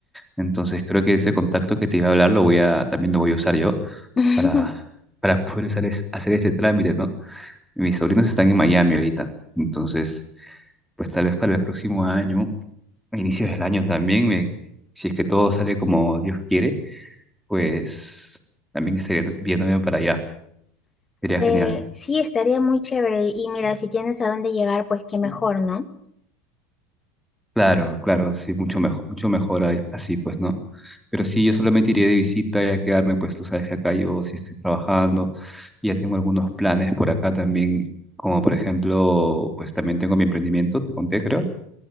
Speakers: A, in the centre; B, on the left (about 25°).
A: Entonces, creo que ese contacto que te iba a hablar lo voy a, también lo voy a usar yo
B: <laughs>
A: para, para poder usar es- hacer ese trámite, ¿no? Mis sobrinos están en Miami ahorita. Entonces, pues tal vez para el próximo año, a inicios del año también, me, si es que todo sale como Dios quiere pues también estaría viéndome para allá. Sería
B: Eh,
A: genial.
B: sí, estaría muy chévere. Y mira, si tienes a dónde llegar, pues qué mejor, ¿no?
A: Claro, claro, sí, mucho mejor, mucho mejor ahí- así, pues, ¿no? Pero sí, yo solamente iría de visita y a quedarme, pues, tú sabes que acá yo sí estoy trabajando, y ya tengo algunos planes por acá también, como por ejemplo, pues también tengo mi emprendimiento, te conté, creo.